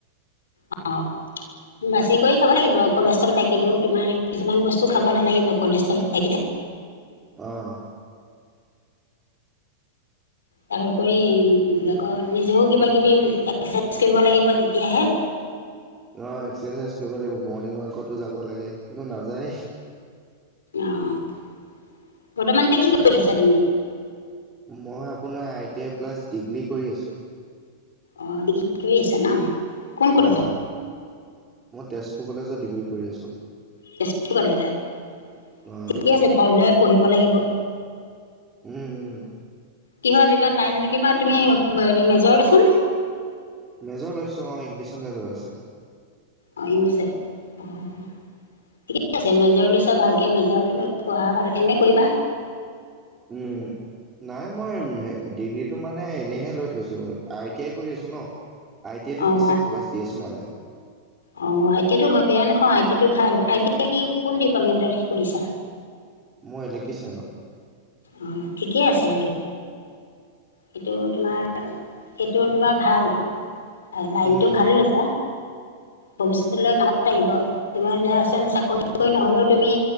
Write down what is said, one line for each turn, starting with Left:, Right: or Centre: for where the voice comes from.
Left: অ'। বাছি কৰি খাব লাগিব কলেষ্ট্ৰল থাকিলেও তোমাৰ কিছুমান বস্তু খাব নালাগিব কলেষ্ট্ৰল থাকিলে।
Right: অ'।
Left: তাৰোপৰি আকৌ নিজেও কিবাকিবি এক্সেচাইজ কৰিব লাগিব তেতিয়াহে।
Right: অ', এক্সেচাইজ কৰিব লাগিব, মৰ্ণিং ৱাকতো যাব লাগে কিন্তু নাযায়।
Left: অ', বৰ্তমান এতিয়া কি কৰি আছা তুমি?
Right: মই আপোনাৰ I T I plus degree কৰি আছোঁ।
Left: অ', ডিগ্ৰী কৰি আছা ন? কোন কলেজত?
Right: অ', মই তেজপুৰ কলেজত ডিগ্ৰী কৰি আছোঁ।
Left: তেজপুৰ কলেজত
Right: অ',
Left: ঠিকে আছে, ভালদৰে পঢ়িব লাগিব।
Right: উম, উম।
Left: কিহত এইবাৰ লাইন কিবা তুমি <unintelligible> মেজৰ লৈছানে?
Right: মেজৰ লৈছোঁ অ', ইংলিছত মেজৰ আছে।
Left: অ', ইংলিছত অ'। ঠিকেই আছে, মেজৰ লৈছা ভালকে মেজৰ লৈ পঢ়া ভাল এম এ কৰিবা।
Right: উম। নাই মই ডিগ্ৰীটো মানে এনেইহে লৈ থৈছোঁ, আই টি আই কৰি আছোঁ ন'। আই টি আই টোত
Left: অ',
Right: বেছি ফকাচ দি আছোঁ মানে।
Left: অ', আই টি আইটো বেয়া নহয়, আই টি আইটো ভাল, আই টি কি কোন ডিপাৰ্টমেণ্টত কৰিছা?
Right: মই ইলেক্ট্ৰিচিয়ানত।
Left: অ', ঠিকেই আছে সেইটো। সেইটো তোমাৰ, সেইটো তোমাৰ ভাল অ', লাইনটো
Right: উম।
Left: ভাল লৈছা। ভৱিষ্যতলৈ কামত আহিব, তোমাৰ ধৰাচোন চাকৰি তাকৰি নহ'লেও তুমি